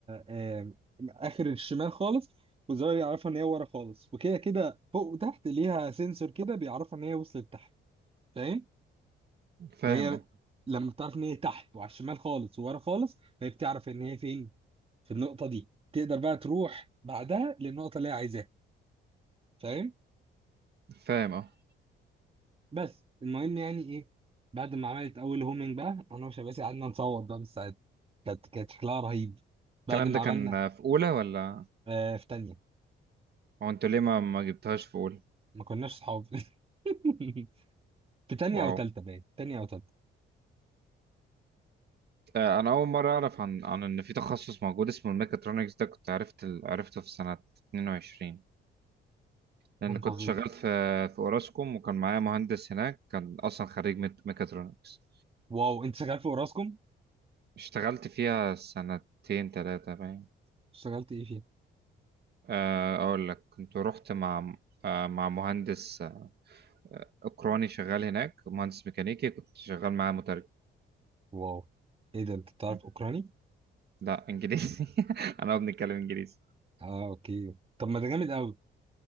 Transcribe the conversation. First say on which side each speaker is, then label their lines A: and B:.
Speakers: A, on the right; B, on the right.
A: آه، اخر الشمال خالص وزرار يعرفها ان هي ورا خالص وكده كده فوق وتحت ليها سنسور كده بيعرفها ان هي وصلت تحت فاهم
B: فاهم
A: فهي
B: اه
A: لما بتعرف ان هي تحت وعلى الشمال خالص وورا خالص فهي بتعرف ان هي فين في النقطة دي تقدر بقى تروح بعدها للنقطة اللي هي عايزاها فاهم
B: فاهم اه
A: بس المهم يعني ايه بعد ما عملت اول هومينج بقى انا وشباسي قعدنا نصوت بقى من الساعات كانت كانت شكلها رهيب
B: الكلام
A: بعد ما
B: ده
A: عملنا
B: كان في اولى ولا
A: آه في تانية
B: هو انتوا ليه ما ما جبتهاش في اولى
A: ما كناش صحاب <laughs> في تانية
B: واو
A: او تالتة باين تانية او تالتة
B: آه، انا اول مره اعرف عن عن ان في تخصص موجود اسمه الميكاترونكس ده كنت عرفت ال- عرفته في سنه 22 لان
A: كان
B: كنت
A: فظيع
B: شغال في في اوراسكوم وكان معايا مهندس هناك كان اصلا خريج ميت- ميكاترونكس
A: واو انت شغال في اوراسكوم
B: اشتغلت فيها سنتين ثلاثه باين
A: اشتغلت ايه فيها
B: آه، اقول لك كنت رحت مع آه، مع مهندس آه، اوكراني شغال هناك مهندس ميكانيكي كنت شغال معاه مترجم
A: واو ايه ده انت بتعرف
B: مم.
A: اوكراني
B: لا انجليزي <laughs> انا بنتكلم انجليزي
A: اه اوكي طب ما ده جامد قوي